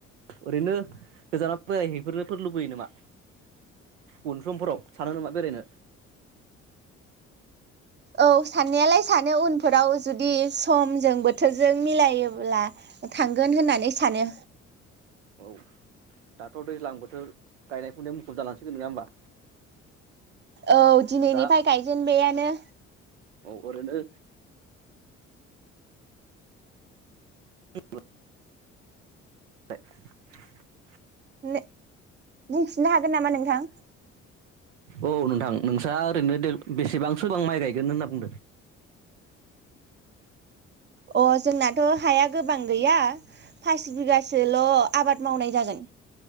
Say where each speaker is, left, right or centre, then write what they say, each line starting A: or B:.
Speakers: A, on the right; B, on the right.
A: ओरैनो गोजानाव बेरायफोरनोफोर लुबैयो नामा उन समफोराव सानो नामा बेरायनो।
B: औ साननायालाय सानो उनफोराव जुदि समजों बोथोरजों मिलायोब्ला थांगोन होननानै सानो।
A: औ दाथ दैज्लां बोथोर गायनाय फुनाय मुखुब जालांसिगोन नङा होमबा।
B: औ दिनैनिफ्राय
A: दा
B: गायजेनबैयानो।
A: अरोनो <unintelligible> बाय <unintelligible>
B: ने बुंफिननो हागोन नामा नोंथां
A: औ नोंथां नोंस्रा ओरैनो दे बेसेबांसोबां माइ गायगोन होनना बुंदो?
B: अ जोंनाथ हाया गोबां गैया फास बिगासोल आबाद मावनाय जागोन।